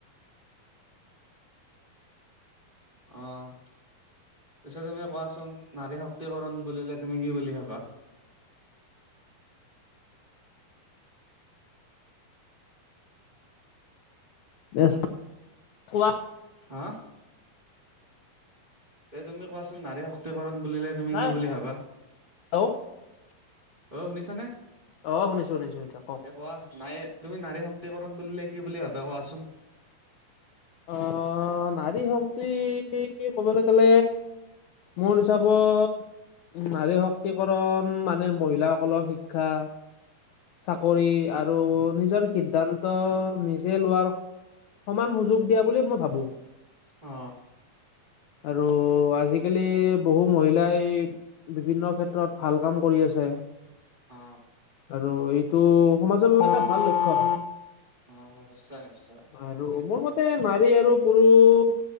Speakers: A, on the right; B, on the left.
A: অ পিছে তুমি কোৱাচোন নাৰী শক্তিকৰণ বুলিলে তুমি কি বুলি ভাবা
B: ডেছ কোৱা
A: হা এই তুমি কোৱাচোন নাৰী শক্তিকৰণ বুলিলে তুমি
B: নাই
A: কি বুলি ভাবা অ
B: হেল্ল'
A: শুনিছানে এ
B: অ শুনিছো শুনিছো এতিয়া কওক।
A: কোৱা নাই তুমি নাৰী শক্তিকৰণ বুলিলে কি বুলি ভাবে কোৱাচোন
B: অ নাৰী শক্তি ক'বলে গ'লে মোৰ হিচাপত নাৰী শক্তিকৰণ মানে মহিলাসকলৰ শিক্ষা চাকৰি আৰু নিজৰ সিদ্ধান্ত ত নিজে লোৱাৰ সমান সুযোগ দিয়া বুলিয়ে মই ভাবো
A: অ
B: আৰু আজিকালি বহু মহিলাই বিভিন্ন ক্ষেত্ৰত ভাল কাম কৰি আছে
A: অ
B: আৰু এইটো সমাজৰ বাবে এটা ভাল লক্ষ্য
A: অ নিশ্চয় নিশ্চয়
B: আৰু মোৰ মতে নাৰী আৰু পুৰুষ